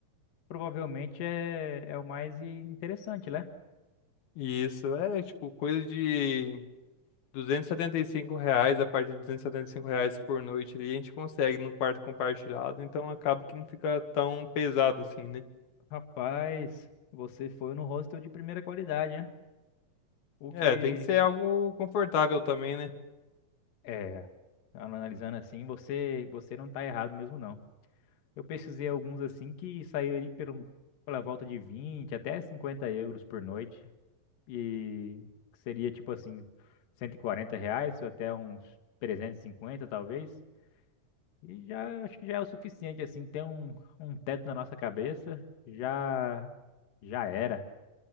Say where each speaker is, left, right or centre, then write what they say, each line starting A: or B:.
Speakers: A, on the left (about 70°); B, on the left (about 85°).
A: provavelmente é, é o mais i- interessante, né?
B: E isso é tipo coisa de 275 reais, a partir de 275 reais por noite ali, a gente consegue no quarto compartilhado, então acaba que não fica tão pesado assim, né?
A: Rapaz, você foi no hostel de primeira qualidade, né? O
B: É,
A: que
B: tem que ser algo confortável também, né?
A: é, analisando assim, você você não tá errado mesmo não. Eu pesquisei alguns assim que saíram ali pelo, pela volta de 20 até 50 euros por noite e que seria tipo assim 140 reais até uns 350 talvez. E já acho que já é o suficiente, assim, ter um, um teto na nossa cabeça, já já era.